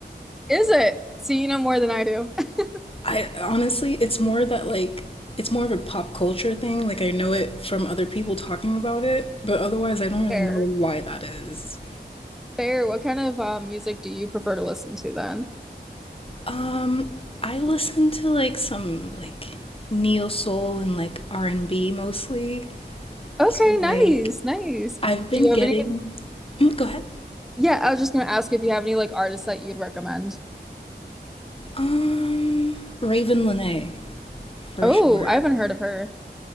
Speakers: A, in the centre; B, on the left (about 30°).
A: Is it? So you know more than I do. <laughs>
B: <laughs> I honestly, it's more that like it's more of a pop culture thing. Like I know it from other people talking about it, but otherwise I don't really
A: Fair.
B: know why that is.
A: Fair. What kind of um, music do you prefer to listen to then?
B: Um, I listen to like some like neo soul and like R and B mostly.
A: Okay,
B: So
A: nice,
B: like
A: nice.
B: I've been
A: Do you
B: getting.
A: have any?
B: Mm, go ahead.
A: Yeah, I was just gonna ask if you have any like artists that you'd recommend.
B: Um, Raven Lene, for
A: Oh,
B: sure.
A: I haven't heard of her.